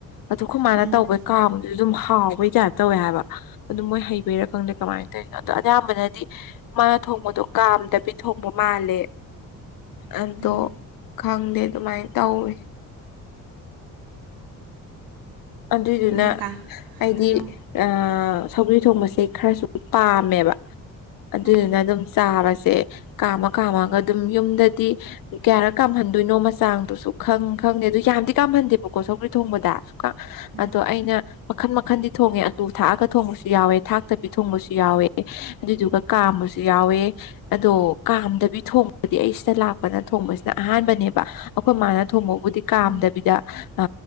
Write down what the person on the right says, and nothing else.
ꯎꯝ
ꯎꯝ
ꯑꯗꯣ ꯀꯥ
ꯍꯥꯏꯔꯣ
ꯑꯥ
ꯎꯝ
ꯎꯝ ꯎꯝ